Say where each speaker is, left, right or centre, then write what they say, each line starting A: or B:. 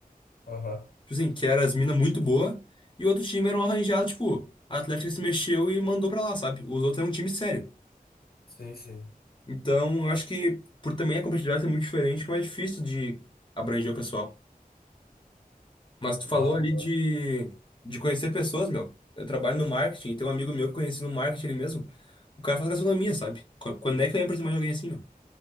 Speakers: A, on the left; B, on the left.
A: Aham.
B: Tipo assim, que era as minas muito boa. E o outro time era um arranjado, tipo, a Atlética se mexeu e mandou pra lá, sabe? Os outros eram um time sério.
A: Sim, sim.
B: Então, eu acho que por também a competitividade ser muito diferente, é mais difícil de abranger o pessoal. Mas tu falou
A: Não, eu
B: ali
A: concordo.
B: de, de conhecer pessoas, meu. Eu trabalho no marketing, tem um amigo meu que eu conheci no marketing ele mesmo. O cara faz gastronomia, sabe? Qu- Quando é que eu ia aproximar de alguém assim, meu?